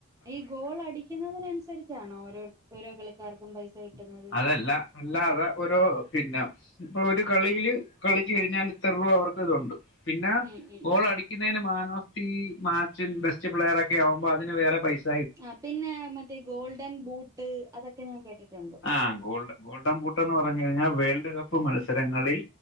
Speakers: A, on the right; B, on the left.
A: ഈ ഗോൾ അടിക്കുന്നതിന് അനുസരിച്ചാണോ ഓരോ ഓരോ കളിക്കാർക്കും പൈസ കിട്ടുന്നത്
B: അതല്ല അല്ലാതെ ഒരു പിന്നെ ഇപ്പൊ ഒരു കളിയില് കളിച്ച് കഴിഞ്ഞാൽ ഇത്ര രൂപ അവർക്ക് ഇതുണ്ട് പിന്നെ
A: ഉം ഉം
B: ഗോള്
A: ഉം
B: അടി ക്കുന്നതിന് മാൻ ഓഫ് ദി മാച്ചും ബെസ്റ്റ് പ്ലെയറും ഒക്കെ ആവുമ്പോ അതിന് വേറെ പൈസ
A: ആഹ് പിന്നെ മറ്റേ ഗോൾഡൻ ബൂട്ട് അതൊക്കെ ഞാൻ കേട്ടിട്ടുണ്ട്
B: ആഹ ഗോൾഡ ഗോൾഡൻ ബൂട്ടെന്ന് പറഞ്ഞ് കഴിഞ്ഞാൽ വേൾഡ് കപ്പ് മത്സരങ്ങളിൽ